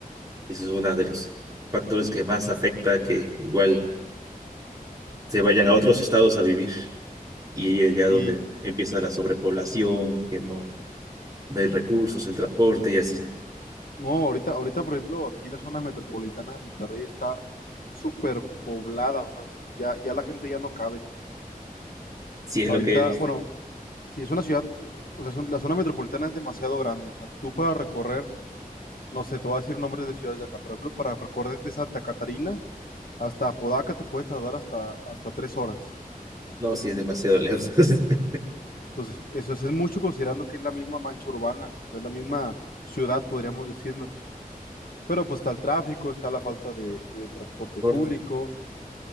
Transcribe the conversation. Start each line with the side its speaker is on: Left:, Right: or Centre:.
Right: Eso es uno de los factores que más afecta que igual se vayan a otros estados a vivir. Y ahí es ya
Left: Sí,
Right: donde empieza la sobrepoblación, que no, no hay recursos, el transporte y así.
Left: no, ahorita, ahorita, por ejemplo, aquí la zona metropolitana de Monterrey está súper poblada, o sea, ya, ya la gente ya no cabe.
Right: Sí es
Left: Ahorita,
Right: lo que he visto.
Left: bueno, si es una ciudad, o sea, es un- la zona metropolitana es demasiado grande. O sea, tú para recorrer, no sé, te voy a decir nombres de ciudades de acá. Por ejemplo, para recorrer de Santa Catarina hasta Apodaca te puedes tardar hasta, hasta tres horas.
Right: No, sí es demasiado lejos <laughs> el
Left: Entonces, eso es es mucho considerando que es la misma mancha urbana, o sea, es la misma ciudad, podríamos decirlo. Pero pues está el tráfico, está la falta de, de transporte
Right: transporte.
Left: público,